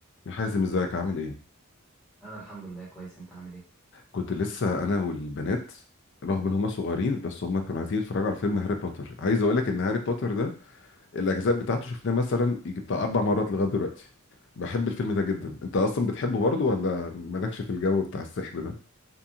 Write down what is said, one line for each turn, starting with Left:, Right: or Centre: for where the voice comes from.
Left: يا حازم ازيك عامل ايه
Centre: انا الحمد لله كويس انت عامل ايه
Left: كنت لسه انا والبنات رغم ان هما صغيرين بس هما كانوا عايزين يتفرجوا على فيلم هاري بوتر عايز اقول لك ان هاري بوتر ده الاجزاء بتاعته شفناه مثلا يجي بتاع اربع مرات لغايه دلوقتي بحب الفيلم ده جدا انت اصلا بتحبه برضه ولا مالكش في الجو بتاع السحر